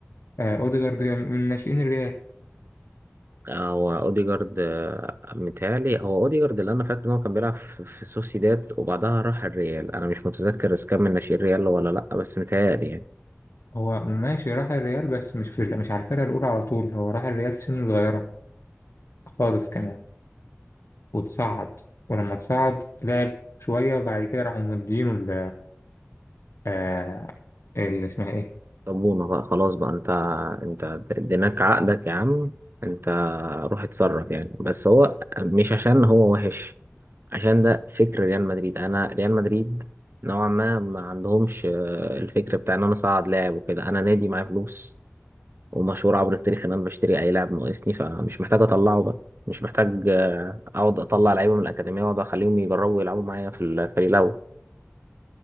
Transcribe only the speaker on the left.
آه أوديجارد من ناشئين الريال
هو ماشي راح الريال بس مش في مش على الفرقة الأولى على طول هو راح الريال في سن صغيرة خالص كمان وتصعد ولما تصعد لعب شوية وبعد كده راحوا مدينه ال آه، اللي اسمها إيه